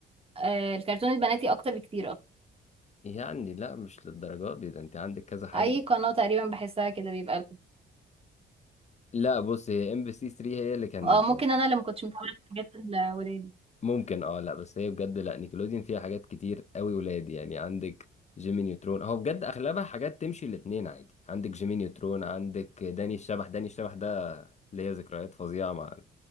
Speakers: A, on the right; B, on the left.
A: آه الكرتون البناتي اكتر بكتير اصلا
B: يعني لا مش للدرجات دي ده انت عندك كذا حاجة
A: اي قناة تقريبا بحسها كده بيبقى
B: لا بص هي ام بي سي 3 هي اللي كان
A: اه ممكن انا اللي ما كنتش متابعة الحاجات الولاد
B: ممكن اه لا بس هي بجد لا نيكلوديون فيها حاجات كتير قوي ولاد يعني عندك جيمي نيوترون هو بجد اغلبها حاجات تمشي الاتنين عادي عندك جيمي نيوترون عندك داني الشبح داني الشبح ده ليا ذكريات فظيعة مع